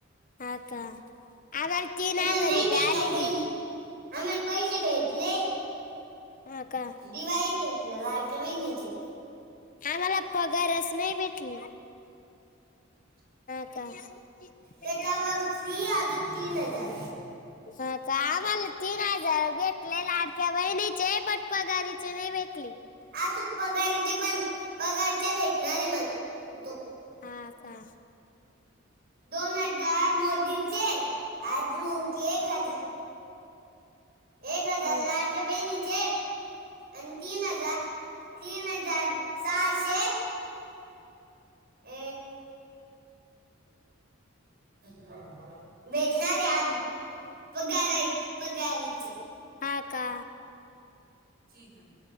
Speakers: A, on the left; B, on the right.
A: हा का आम्हाला तीन
B: तुम्हाला
A: हजार
B: माहिती
A: रुपये आले
B: का काही
A: बी.
B: आम्हाला पैसे भेटले.
A: हा का.
B: दिवाळीत भेटलं लाडक्या बहिणीचे
A: आम्हाला पगारस नाही भेटला.
B: ह <inaudible>
A: हा काच्या
B: त्याच्यावर फ्री अजून तीन हजार
A: ह का आम्हाला तीन हजार भेटले लाडक्या बहिणीचे पटपघारीचे नाही भेटली.
B: आ तू पगारचे पण पगारचे भेटणार आहे म तू
A: हा का.
B: दोन हजार मोदीचे आजक एक हजार. एक हजार
A: हा.
B: लाडक बहिणीचे. आणि तीन हजार तीन हजार सहाशे. अ. त्याप <unintelligible> भेटणारे आदुक पगाराय पगाराचे.
A: हा का
B: ठी आहे